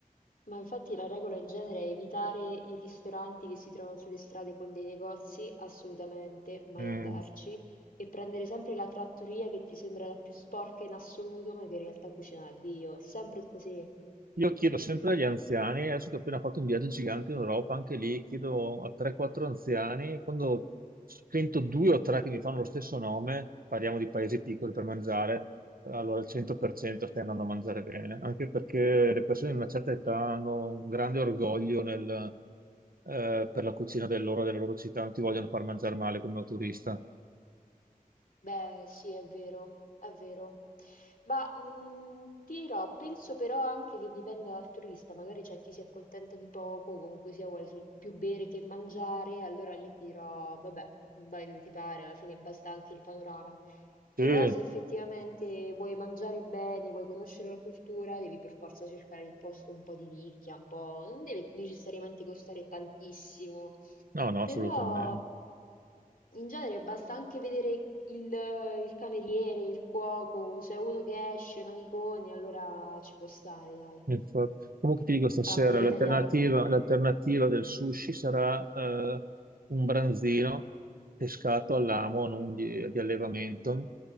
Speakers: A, on the left; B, on the right.
A: ma infatti la regola in genere è evitare i ristoranti che si trovano sulle strade con dei negozi, assolutamente, mai
B: Mm.
A: andarci, e prendere sempre la trattoria che ti sembra la più sporca in assoluto, ma che in realtà cucina a Dio, è sempre così.
B: Io chiedo sempre agli anziani, adesso che ho appena fatto un viaggio gigante in Europa, anche lì chiedo a 3-4 anziani, quando sento due o tre che mi fanno lo stesso nome, parliamo di paesi piccoli per mangiare, eh, allora al 100% stai andando a mangiare bene, anche perché le persone di una certa età hanno un grande orgoglio nel, eh, per la cucina del loro, della loro città, non ti vogliono far mangiare male come turista.
A: Beh, sì, è vero, è vero. Ma, mhmm, ti dirò, penso però anche che dipenda dal turista, magari c'è chi si accontenta di poco, o comunque sia vuole sol più bere che mangiare, allora lì ti dirò: "Vabbè, vai dove ti pare, alla fine basta anche il panorama".
B: Sì,
A: Però se effettivamente vuoi mangiare bene, vuoi conoscere la cultura, devi per forza cercare il posto un po' di nicchia, un po' non deve necessariamente costare tantissimo.
B: no, no,
A: Però
B: assolutamente.
A: in genere basta anche vedere il, il cameriere, il cuoco, se è uno che esce, un amicone, allora ci può stare, dai,
B: Infatti. Comunque ti dico stasera,
A: alla maniera
B: l'alternativa
A: italiana.
B: l'alternativa del sushi sarà eh, un branzino pescato all'amo, non di, di allevamento,